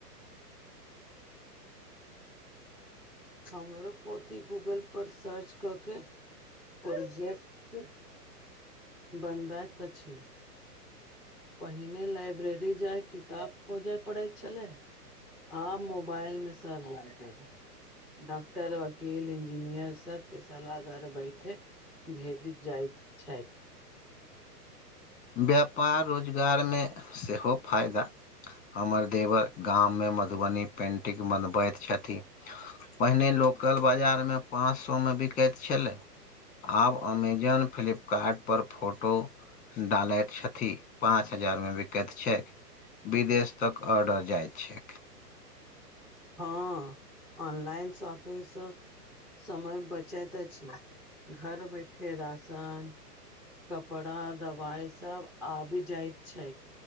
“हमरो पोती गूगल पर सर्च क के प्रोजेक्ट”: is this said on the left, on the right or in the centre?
Centre